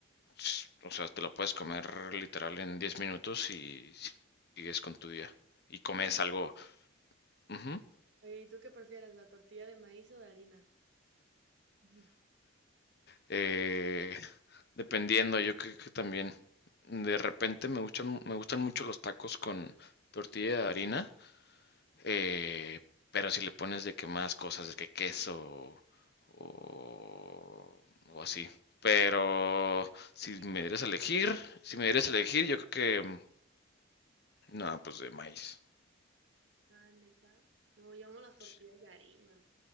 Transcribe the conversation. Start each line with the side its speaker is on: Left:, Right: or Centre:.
Left: s- o sea, te lo puedes comer literal en 10 minutos y sigues con tu día. Y comes
Right: Oye,
Left: algo, ujú,
Right: oye, ¿y tú qué prefieres, la tortilla de maíz o de harina? <laughs>
Left: Eh, dependiendo, yo creo que también de repente me gustan, me gustan mucho los tacos con tortilla de harina, eh, pero si le pones de que más cosas, de que queso o, o así. Pero
Right: No,
Left: si
Right: sí,
Left: me
Right: pa-
Left: dieras a elegir, si me dieras a elegir, yo creo que mm, no, pues de maíz.
Right: ah, neta. No, yo amo las tortillas
Left: Sí,
Right: de harina.